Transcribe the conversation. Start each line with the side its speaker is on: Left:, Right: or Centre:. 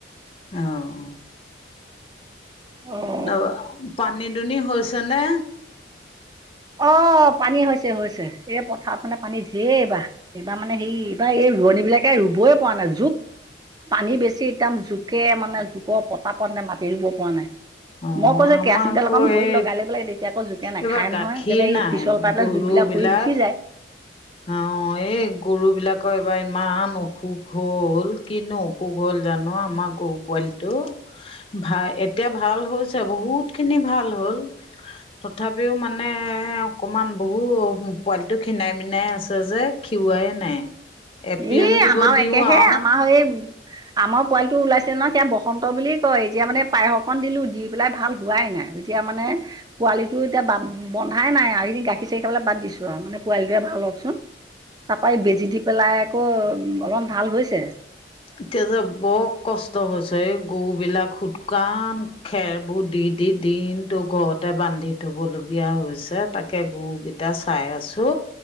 Left: অ'।
Right: অ'।
Left: অ পানী দুনি হৈছে নে?
Right: অ পানী হৈছে হৈছে, এই পথাৰত মানে পানী ধেই এইবাৰ। এইবাৰ মানে হেই এইবাৰ এই ৰোৱনী বিলাকে ৰুবই পৰা নাই জোক পানী বেছি একদম জোকে মানে জোকৰ পতা পত নে মাতি ৰুব পৰা নাই।
Left: অ
Right: মই কৈছো
Left: আমাৰ
Right: কেৰাচিন
Left: আকৌ
Right: তেল অকন ভৰিত
Left: এই
Right: লগাই লব লাগে তেতিয়া আকৌ জোকে নাখায়
Left: এইবাৰ গাখীৰ
Right: নহয়। তেনতে এই
Left: নাই
Right: পিছল পায়
Left: গৰুবিলাক
Right: পেলাই জোখবিলাক পৰি গুচি যায়।
Left: অ এই গৰু বিলাকৰ এইবাৰ ইমান অসুখ হ'ল কিনো অসুখ হ'ল জানো আমাৰ গৰু পোৱালিটো? ভা এতিয়া ভাল হৈছে বহুত খিনি ভাল হ'ল। তথাপিও মানে অকমান বহু পোৱালি খীনাই মিনাই আছে যে খিওৱাই নাই। এপিয়ন
Right: এই
Left: দিব
Right: আমাৰ
Left: দিওঁ
Right: একেহে
Left: আৰু
Right: আমাৰ এই আমাৰ পোৱালিটো ওলাইছে নহয়, সেইয়া বসন্ত বুলিয়ে কয় এতিয়া মানে পায়স অকন দিলো দি পেলাই ভাল হোৱাই নাই। এতিয়া মানে পোৱালিটো এতিয়া বন্ধাই নাই আৰু এইকেইদিন গাখীৰ চাখিৰ পালে বাদ দিছো আও, মানে পোৱালিটোৱে ভাল হওকচোন। তাৰপৰা এই বেজি দি পেলাই আকৌ অলপমান ভাল হৈছে।
Left: এতিয়া যে বৰ ক কষ্ট হৈছে এই গৰুবিলাক শুকান খেৰবোৰ দি দি দিনতো ঘৰত তে বান্ধি থব লগীয়া হৈছে তাকে গৰুকেইটা চাই আছো।